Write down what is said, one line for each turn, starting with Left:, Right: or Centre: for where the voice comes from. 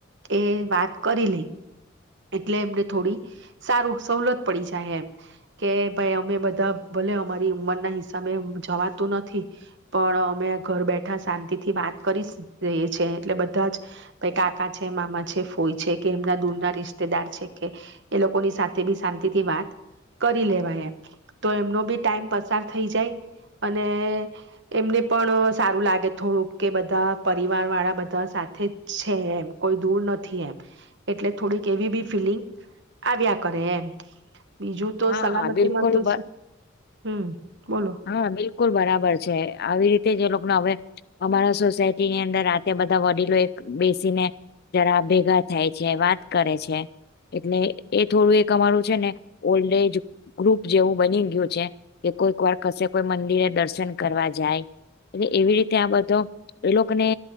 Right: એ વાત કરી લે. એટલે એમને થોડી સારું સવલત પડી જાય એમ કે ભાઈ અમે બધા ભલે અમારી ઉંમરના હિસાબે જવાતું નથી. પણ અમે ઘર બેઠા શાંતિથી વાત કરી જઈએ છે એટલે બધા જ કાકા છે, મામા છે, ફોય છે, કે એમના દૂરના રિશ તેદાર છે કે એ લોકોની સાથે બી શાંતિથી વાત કરી લેવાય એમ તો એમનો બી ટાઈમ પસાર થઈ જાય. અને એમને પણ સારું લાગે થોડુંક કે બધા પરિવાર વાળા બધા સાથે જ છે એમ કોઈ દૂર નથી એમ એટલે થોડીક કેવી બી ફીલિંગ આવ્યા કરે એમ બીજું તો
Left: હા
Right: સલામતી
Left: હા બિલકુલ
Right: માં તો
Left: બ
Right: શું હમ બોલો
Left: હા બિલકુલ બરાબર છે આવી રીતે જ એ લોકને હવે અમારા સોસાયટીની અંદર આતે બધા વડીલો એક બેસીને જરા ભેગા થાય છે, વાત કરે છે, એટલે એ થોડું એક અમારું છે ને ઓલ્ડ એજ ગ્રુપ જેવું બની ગયું છે કે કોઈક વાર કસે કોઈ મંદિરે દર્શન કરવા જાય. એટલે એવી રીતે આ બધો એ લોકને